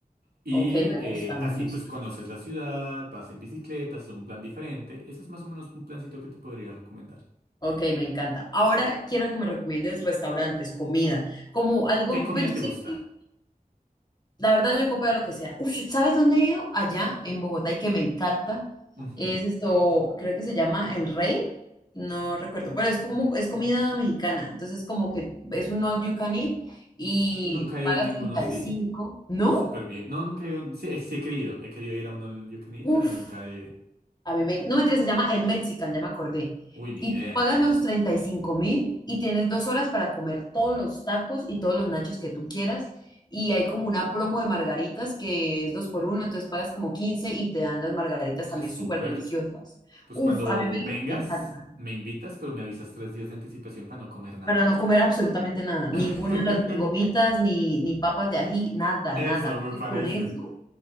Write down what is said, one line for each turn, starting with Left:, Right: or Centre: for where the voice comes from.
Right: Y
Left: Ok, me gusta,
Right: eh,
Left: me
Right: así,
Left: gusta.
Right: pues, conoces la ciudad, vas en bicicleta, es un plan diferente. Ese es más o menos un plancito que te podría recomendar.
Left: Ok, me encanta. Ahora quiero que me recomiendes restaurantes, comida, como algo,
Right: ¿Qué comida
Left: pues yo
Right: te
Left: sé
Right: gusta?
Left: que La verdad, yo copio de lo que sea. Uf, ¿sabes dónde he ido? Allá en Bogotá y que me encanta.
Right: Ujú.
Left: Es esto, creo que se llama El Rey. No recuerdo, pero es como, es comida mexicana. Entonces, como que es un all you can eat y
Right: Nunca he
Left: pagas
Right: ido a ninguno
Left: 35.
Right: así.
Left: ¿No?
Right: Uh, súper bien. No, nunca he ido. Sí, eh, sí he querido. He querido ir a uno al You Can Eat,
Left: Uf.
Right: pero nunca he.
Left: A mí me, no mentira, se llama El Mexican, ya me acordé.
Right: Uy, ni
Left: Y
Right: idea.
Left: tú pagas los treinta y cinco mil y tienes dos horas para comer todos los tacos y todos los nachos que tú quieras. Y hay como una promo de margaritas que es dos por uno, entonces pagas como 15 y te dan las margaritas
Right: Ah,
Left: también
Right: súper.
Left: súper deliciosas.
Right: Pues
Left: Uf,
Right: cuando
Left: a mí me,
Right: vengas,
Left: me encanta.
Right: me invitas, pero me avisas tres días de anticipación para no comer nada.
Left: Para no comer absolutamente nada, ninguna
Right: <laughs>
Left: de las ni gomitas, ni, ni papas de ají, nada,
Right: Eso
Left: nada. Porque
Right: me parece.
Left: Con eso,